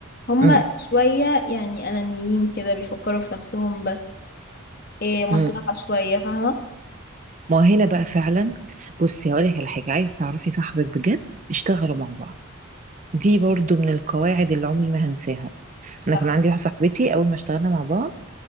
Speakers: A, on the left; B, on the right.
A: هما
B: امم
A: شوية يعني أنانيين كده بيفكروا في نفسهم بس إيه مصلحة
B: امم
A: شوية فاهمة
B: ما هنا بقى فعلا بصي هقول لك على حاجة عايز تعرفي صاحبك بجد اشتغلوا مع بعض دي برضو من القواعد اللي عمري ما هنساها انا
A: صح
B: كان عندي واحده صاحبتي اول ما اشتغلنا مع بعض